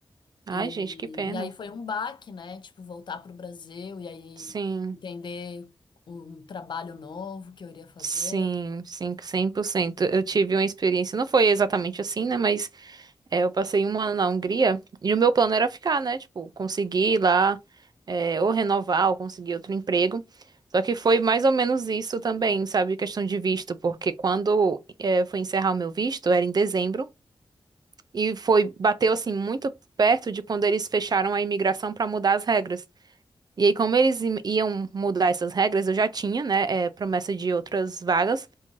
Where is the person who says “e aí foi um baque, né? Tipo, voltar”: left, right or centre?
Left